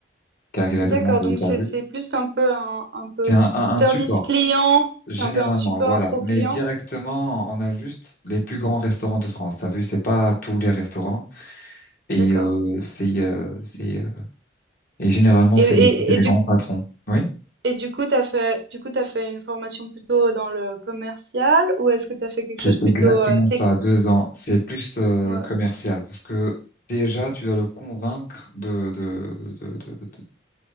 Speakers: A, on the left; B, on the right.
A: car il
B: D'accord.
A: a demandé,
B: Donc
A: t'as
B: c'est
A: vu?
B: c'est plus un peu un un peu
A: C'est un, un,
B: service
A: un support,
B: client,
A: généralement,
B: c'est un peu un support
A: voilà.
B: pour
A: Mais
B: client.
A: directement, on a juste les plus grands restaurants de France, t'as vu? C'est pas tous les restaurants. Et
B: D'accord.
A: euh, c'est, euh, c'est, euh, et généralement,
B: Et
A: c'est
B: et
A: des, c'est des
B: et du
A: grands patrons. Oui
B: et du coup, tu as fait du coup, tu fait une formation plutôt dans le commercial ou est-ce que tu as fait quelque
A: C'est
B: chose plutôt,
A: exactement
B: heu,
A: ça,
B: tech?
A: deux ans. C'est plus euh,
B: Ouais,
A: commercial parce que déjà, tu dois le convaincre de, de, de, de- de-